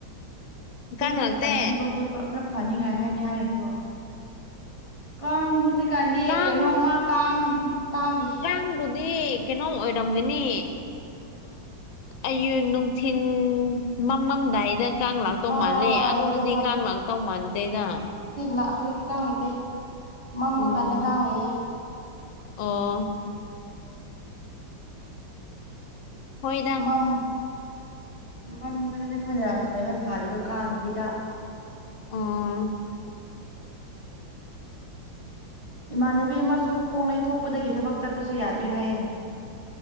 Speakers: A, on the left; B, on the right.
A: ꯀꯥꯡ
B: ꯈꯔ
A: ꯂꯥꯛꯇꯦ
B: ꯅꯝꯊꯤꯕ ꯈꯣꯠꯄ ꯈꯔ ꯐꯥꯅꯤꯡꯉꯥꯏ ꯍꯥꯏꯅꯤ ꯍꯥꯏꯔꯦꯀꯣ ꯀꯥꯡ ꯍꯧꯖꯤꯛ ꯍꯧꯖꯤꯛꯀꯥꯟꯗꯤ
A: ꯀꯥꯡ
B: ꯀꯩꯅꯣꯃ ꯀꯥꯡ ꯀꯥꯡꯒꯤ
A: ꯅꯪꯕꯨꯗꯤ ꯀꯩꯅꯣꯝ ꯑꯣꯏꯔꯝꯒꯅꯤ ꯑꯌꯨꯛ ꯅꯨꯡꯊꯤꯟ ꯃꯃꯝꯗꯥꯏꯗ ꯀꯥꯡ ꯂꯥꯛꯇꯧ
B: ꯍꯣꯏ
A: ꯃꯥꯜꯂꯦ
B: ꯍꯣꯏ ꯍꯣꯏ
A: ꯑꯗꯨꯗꯨꯗꯤ
B: ꯑꯗꯨꯗ
A: ꯀꯥꯡ ꯂꯥꯛꯇꯧ ꯃꯥꯟꯗꯦꯅꯥ
B: ꯂꯥ ꯍꯧꯖꯤꯛꯇꯤ ꯀꯥꯡ ꯂꯩꯇꯦ ꯃꯝꯃ
A: ꯑꯣ
B: ꯀꯥꯟꯗ ꯀꯥꯡ ꯂꯩꯌꯦ
A: ꯑꯣ ꯍꯣꯏꯗ
B: ꯃꯝ ꯃꯝꯕꯗꯨꯅꯦ ꯑꯩꯈꯣꯏꯅ ꯀꯩꯅꯣ ꯊꯥꯔꯤꯗꯣ ꯀꯥꯡ ꯍꯤꯗꯥꯛ
A: ꯑꯣ
B: ꯏꯃꯥꯟꯅꯕꯤ ꯑꯃꯁꯨ ꯈꯣꯡ ꯂꯩꯊꯣꯛꯄꯗꯒꯤ ꯊꯕꯛ ꯆꯠꯄꯁꯨ ꯌꯥꯗ꯭ꯔꯦ ꯍꯥꯏꯌꯦꯅꯦ